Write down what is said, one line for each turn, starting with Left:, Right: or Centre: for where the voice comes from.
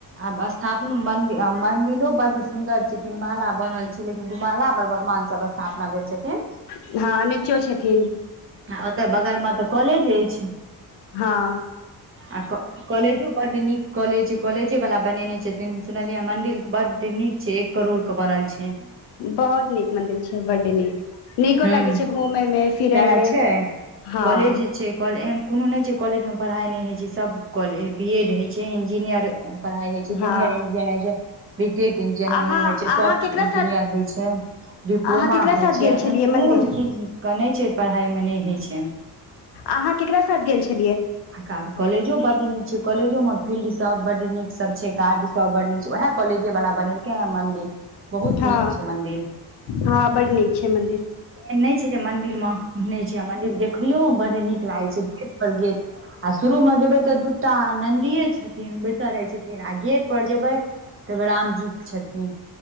Right: आब स्थापना मंदिर मंदिरो बड़ सुदर छै, तीन महला बनल छै, लेकिन दू महला पर भगवान सभ स्थापना भेल छथिन
Left: हँ, नचो छथिन।
Right: ओतऽ बगल मे तऽ कॉलेज अछि।
Left: हँ।
Right: आ कॉलजो बड़ निक। कॉलेज छै, कॉलेजे वला बनेने छै, सुनलियै मंडिर बड़ निक छै एक करोड़ के बनल छै।
Left: बहुत निक मंदिर छै, बड़ निक नीको
Right: हूँ
Left: लागै छै घुमय मे फिरए
Right: सएह
Left: मे
Right: छै
Left: हँ।
Right: कॉलेज छै, एहन कोनो नहि छै, कॉलेज मे पढ़ाइ नहि होइ छै, सभ कॉलेज बीएड होइ छै, इंजीनियर। पढ़ाइ होइ छै,
Left: हँ
Right: जूनियर इंजीनियर छै। बीटेक इंजीनियरि
Left: अहाँ
Right: होइ छै,
Left: अहाँ
Right: सॉफ्ट
Left: केकरा
Right: इंजीनियर
Left: साथ
Right: होय छै, डिप्लोमा
Left: अहाँ केकरा
Right: हइ
Left: साथ
Right: छै।
Left: गेल छलियै
Right: कोनो
Left: मंदिर
Right: चीज के नहि छै पढ़ाइ मे नहि होइ छै।
Left: अहा केकरा साथ गेल छलियै।
Right: आ कॉलजो बाटी निक छै कॉलजो म। फील्ड सभ बड़ निक सभ छै, कारड सभ बड़ड निक छै उएह कॉलेजे वला बनेलके है मंदिर बहुत
Left: हँ
Right: निक छै, मदिर
Left: हँ बड नीक छै मंदिर
Right: एहन नहि छै, जे मदिर मे नहि छै, आ मंदिर देखैयो बड़ निक लागैत छै गेट पर गेट। आ शुरू मे जेबे ते दूटा नदी छै। छथिन बैसल रहै छथिन, आ गेट पर जेबै तऽ राम जी छथिन।